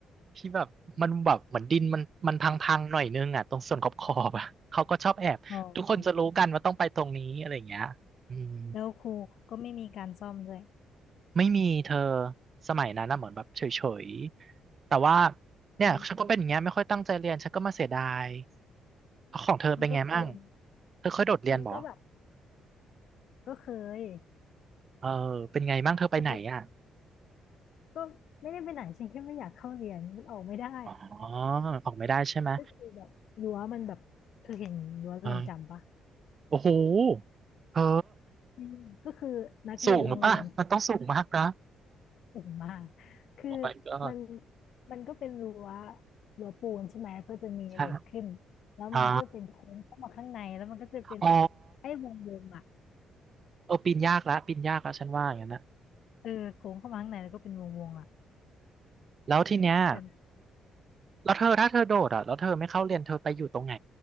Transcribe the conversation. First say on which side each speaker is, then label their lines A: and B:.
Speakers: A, on the right; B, on the left.
A: ที่แบบมันแบบเหมือนดินมันมันพังๆหน่อยนึงอ่ะตรงส่วนขอบๆอบอ่ะเขาก็ชอบแอบทุกคนจะรู้กันว่าต้องไปตรงนี้อะไรอย่างเงี้ยอืม
B: อ๋อแล้วครูก็ไม่มีการซ่อมด้วย
A: ไม่มีเธอสมัยนั้นนะเหมือนแบบเฉยๆแต่ว่าเนี่ยฉันก็เป็นอย่างเงี้ยไม่ค่อยตั้งใจเรียนฉันก็มาเสียดาย
B: อืม
A: เอาของเธอเป็นไงมั่ง
B: ฉันก็เป็น
A: เธอเคยโดดเรียนบ่
B: ฉันก็แบบก็เคย
A: เออเป็นไงมั่งเธอไปไหนอ่ะ
B: เออก็ไม่ได้ไปไหนฉันแค่ไม่อยากเข้าเรียน มันออกไม่ได้
A: อ๋อออกไม่ได้ใช่ไหม
B: ก็คือแบบรั้วมันแบบเธอเห็นรั้วเรือนจำปะ
A: อ๋อโอ้โหเธอ
B: อืมก็คือนักเรียนโรงเรียน
A: สูงหรือปะมันต้องสูงมากนะ
B: สูงมากคือ
A: โอ้ my god
B: มันมันก็เป็นรั้วรั้วปูนใช่ไหมแล้วก็จะมีเหล็กขึ้น
A: ใช่
B: แล้วมันก็เป็นโค้งเข้ามาข้างในแล้วมันก็จะเป็น
A: อ๋ออ๋อ
B: ไอ้วงวงอ่ะ
A: เออปีนยากละปีนยากละฉันว่าอย่างนั้นนะ
B: เออโค้งเข้ามาข้างในแล้วก็เป็นวงวงอ่ะ
A: แล้วทีเนี้ย
B: แบบนั้น
A: แล้วเธอถ้าเธอโดดอ่ะแล้วเธอไม่เข้าเรียนเธอไปอยู่ตรงไหน